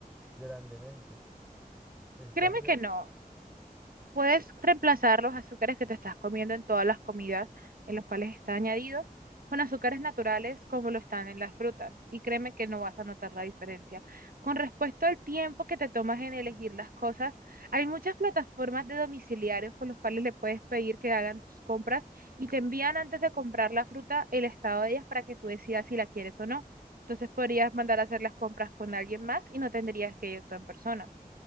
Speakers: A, in the centre; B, on the right.
A: grandemente. El cambio
B: Créeme que no. Puedes reemplazar los azúcares que te estás comiendo en todas las comidas en los cuales están añadidos con azúcares naturales como lo están en las frutas y créeme que no vas a notar la diferencia. Con respecto al tiempo que te tomas en elegir las cosas, hay muchas plataformas de domiciliarios con los cuales le puedes pedir que hagan tus compras y te envían antes de comprar la fruta el estado de ellas para que tú decidas si la quieres o no. Entonces podrías mandar a hacer las compras con alguien más y no tendrías que ir tú en persona.